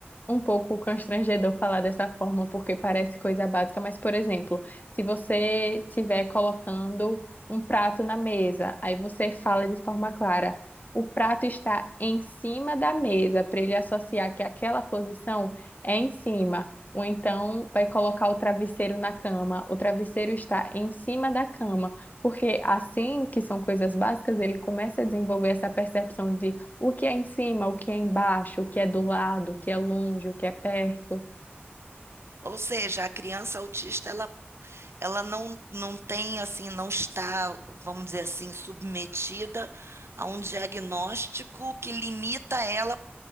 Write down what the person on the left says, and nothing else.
um pouco constrangedor falar dessa forma, porque parece coisa básica, mas, por exemplo, se você estiver colocando um prato na mesa, aí você fala de forma clara, o prato está em cima da mesa, para ele associar que aquela posição é em cima. Ou então vai colocar o travesseiro na cama, o travesseiro está em cima da cama, porque assim que são coisas básicas, ele começa a desenvolver essa percepção de o que é em cima, o que é embaixo, o que é do lado, o que é longe, o que é perto.